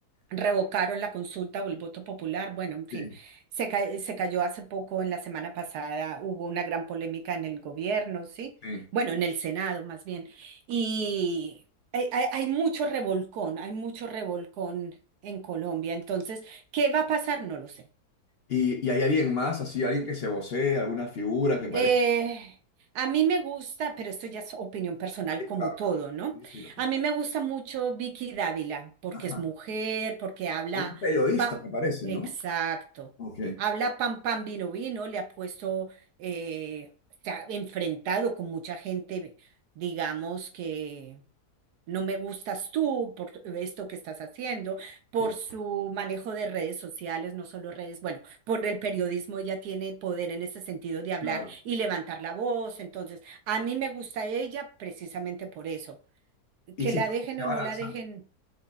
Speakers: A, on the right; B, on the left.
A: revocaron la consulta o el voto popular. Bueno, en fin,
B: Sí,
A: se, ca- se cayó hace poco, en la semana pasada hubo una gran polémica en el gobierno, ¿sí?
B: sí.
A: Bueno, en el Senado más bien. Y hay, hay- hay mucho revolcón, hay mucho revolcón en Colombia. Entonces, ¿qué va a pasar? No lo sé.
B: Y, y hay alguien más, así, alguien que se vocee, alguna figura que parezca.
A: Eh, a mí me gusta, pero esto ya es opinión personal
B: Sí,
A: como
B: claro,
A: todo,
B: claro.
A: ¿no?
B: Sí, sí, lo vi.
A: A mí me gusta mucho Vicky Dávila porque
B: Ajá.
A: es mujer, porque habla,
B: Ella es periodista,
A: pa-
B: me parece,
A: exacto,
B: ¿no? Ok,
A: habla pam pam vino vino, le ha puesto, eh, se ha enfrentado con mucha gente, digamos que no me gustas tú por esto que estás haciendo, por
B: sí,
A: su manejo de redes sociales, no solo redes, bueno, por el periodismo ella tiene poder en ese sentido de hablar
B: claro.
A: y levantar la voz. Entonces, a mí me gusta ella precisamente por eso.
B: ¿Y
A: Que
B: si
A: la
B: se
A: dejen
B: se
A: o
B: va
A: no
B: a lanzar?
A: la dejen,